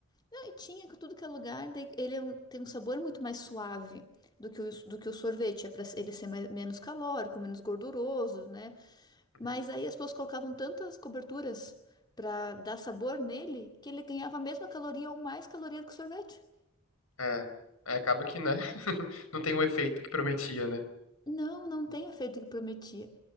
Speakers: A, on the left; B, on the left.
A: Não, e tinha que tudo que é lugar, daí ele é um- tem um sabor muito mais suave do que o, do que o sorvete. É para ele ser mais- menos calórico, menos gorduroso, né? Mas
B: Uhum.
A: aí as pessoas colocavam tantas coberturas para dar sabor nele que ele ganhava a mesma caloria ou mais caloria do que o sorvete.
B: É, é, acaba que, né? <laughs> Não tem o efeito que prometia, né?
A: Não, não tem o efeito que prometia.